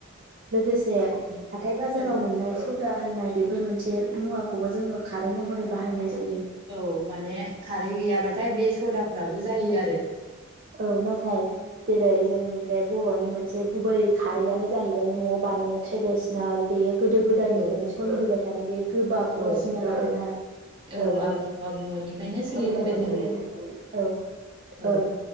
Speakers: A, on the right; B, on the right.
A: लोगोसे
B: थारैनो
A: हाथाय बाजाराव
B: औ
A: मोननाय स दा होननाय बेफोर मोनसे मुवाखौबो जोङो खारै महरै बाहायनाय जायो
B: औ माने खा रै गैयाबाथाय बे सदाफ्राबो जायो आरो
A: औ नाथाय जेरै जोंनि बे बर'नि मोनसे गुबै खारैआनो जाहैबाय न'आव बानायनाय ट्रेडिसनाल बेयो गोदो गोदायनिफ्रायनो
B: औ
A: सलिबोबाय थानाय बे गोबाब
B: औ
A: अरजिनाल ओरोना
B: औ
A: ओ
B: आबै आबौमोननिफ्रायनो सोलिबोबाय
A: आबै आबौ
B: थानाय
A: मोननिफायनो औ
B: औ
A: ओम